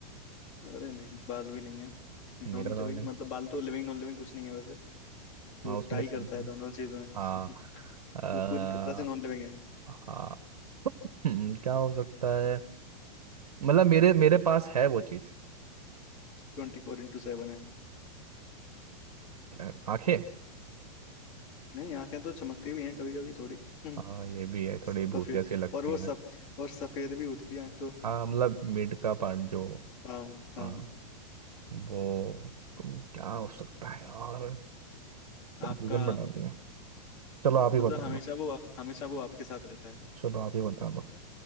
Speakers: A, on the left; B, on the right.
A: अरे नहीं बाल भी नहीं है नॉन
B: मेरा नॉन
A: लिविंग
B: है
A: मतलब बाल तो लिविंग नॉन लिविंग कुछ नहीं है वैसे वो
B: हाँ उसमें
A: टाई
B: से
A: करता है दोनों चीजों में
B: हाँ
A: <laughs>
B: आ,
A: वो पूरी तरह से नॉन लिविंग है
B: हाँ हम्म, क्या हो सकता है मतलब मेरे मेरे पास है वो चीज
A: ट्वेंटी फोर इंटू सेवन है
B: क्या आंखें
A: नहीं आंखें तो चमकती भी हैं कभी कभी थोड़ी <laughs>
B: हाँ ये भी है थोड़ी
A: सफेद
B: भूतिया सी लगती
A: और वो
B: है
A: सब और सफेद भी होती है आंख तो
B: हाँ मतलब मिड का पार्ट जो
A: हाँ हाँ
B: हाँ वो तो क्या हो सकता है यार कंफ्यूजन
A: आपका
B: में डाल दिया चलो आप ही
A: मतलब
B: बता
A: हमेशा
B: दो
A: वो हमेशा वो आपके साथ रहता है
B: चलो आप ही बता दो